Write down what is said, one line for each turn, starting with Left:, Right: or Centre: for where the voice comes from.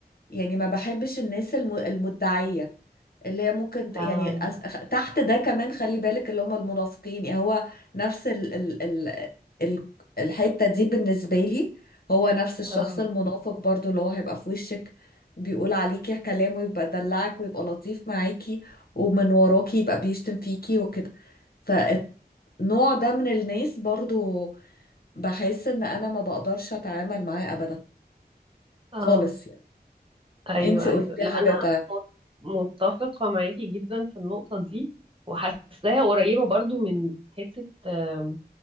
Left: يعني ما بحبش الناس الم- المدعية اللي هي ممكن ت- يعني
Right: اه
Left: أس- أخ- تحت ده كمان خلي بالك اللي هم المنافقين يعني هو نفس ال ال ال ال الحتة دي بالنسبة لي هو نفس الشخص
Right: اه
Left: المنافق برضو اللي هو هيبقى في وشك بيقول عليكي كلام ويبقى دلعك ويبقى لطيف معاكي ومن وراكي يبقى بيشتم فيكي وكده فالنوع ده من الناس برضو بحس ان انا ما بقدرش اتعامل معاه ابدا
Right: اه
Left: خالص يعني
Right: ايوه
Left: انتي قولي
Right: ايوه
Left: لي
Right: لا
Left: حاجة
Right: انا مت- متفقه معاكي جدا في النقطه دي وحاساها قريبه برضو من حته آم،